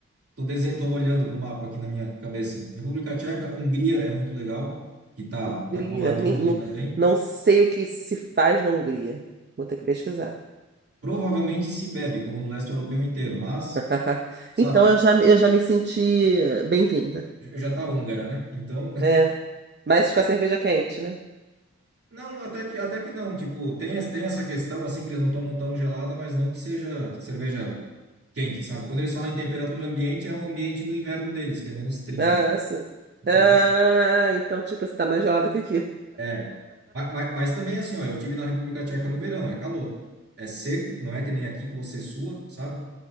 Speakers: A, on the right; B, on the right.
A: tô, dese... tô olhando pro mapa aqui na minha cabeça. República Tcheca, Hungria é muito legal, que tá,
B: Hungria?
A: tá coladinho
B: Nem, não,
A: ali também.
B: não sei o que se faz na Hungria. Vou ter que pesquisar.
A: Provavelmente se bebe, como no leste europeu inteiro, mas,
B: <laughs>
A: sabe,
B: Então, eu já, eu já me senti bem-vinda.
A: eu já tá húngara, né? Então,
B: É, mas com a cerveja quente, né?
A: Não, até que, até que não. Tipo, tem, es- tem essa questão, assim, que eles não tomam tão gelada, mas não que seja cerveja quente, sabe? Quando eles falam em temperatura ambiente, é o ambiente do inverno deles, que é menos trinta
B: Ah,
A: né?
B: sim.
A: Então,
B: Ah, então, tipo, você tá mais gelada que aqui.
A: é. Ma- ma- Mas, também, assim, ó, eu tive na República Tcheca no verão, é calor. É seco, não é que nem aqui que você sua, sabe?